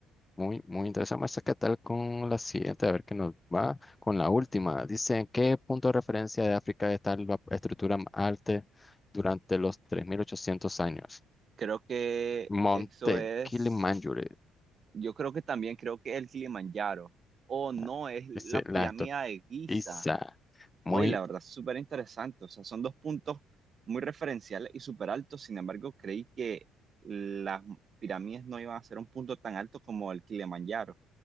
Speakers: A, on the left; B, on the right.
A: Muy, muy interesante. Vamos a ver qué tal con la siguiente, a ver qué nos va con la última. Dice, ¿en qué punto de referencia de África está la estructura más alta durante los 3.800 años?
B: Creo que
A: Monte
B: eso es.
A: Kilimanjaro.
B: Yo creo que también creo que el Kilimanjaro. O no,
A: Ah,
B: es
A: Dice
B: la pirámide
A: la
B: de Giza.
A: Isa. Muy,
B: Oye, la verdad, súper interesante. O sea, son dos puntos muy referenciales y súper altos. Sin embargo, creí que las pirámides no iban a ser un punto tan alto como el Kilimanjaro.